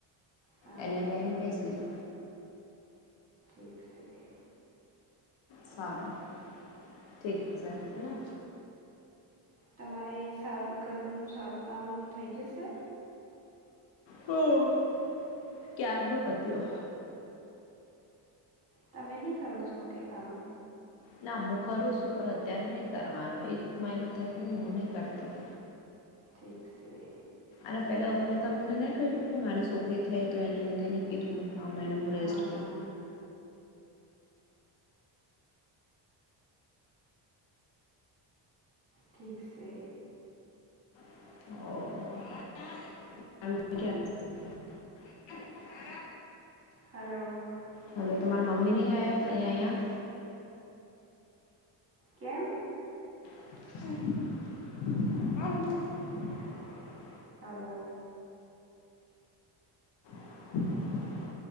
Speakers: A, on the right (about 30°); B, on the left (about 65°).
A: હા
B: એને લઈને બેસીજો
A: ઠીક છે.
B: સારું ઠીક સે, હેના
A: તમારે સારું ઘરનું સારુ કામ થઈ, ગઈયો સે
B: હમ, કાર ન પતિઓ
A: તમે નહી કરો છો, કે કામ
B: ના હું કરું છુ, પણ અત્યારે નહી કરવાનો એક મહિનો થઈ ગયો હું, નહી કરતી
A: ઠીક છે.
B: અરે પેલા ઉપ તમને નહી, કહ્યું કે મારી છોકરી થઈ તો એને લીધે નહી, કીધું મ હા, મેને મુ
A: હા
B: રસ્ટ
A: ઠીક, સે
B: <inaudible>
A: હલો
B: હવે, તમારા મમ્મી નહી, આવયા અહીં અહંયા
A: કેમ
B: <inaudible>
A: ચાલો
B: <inaudible>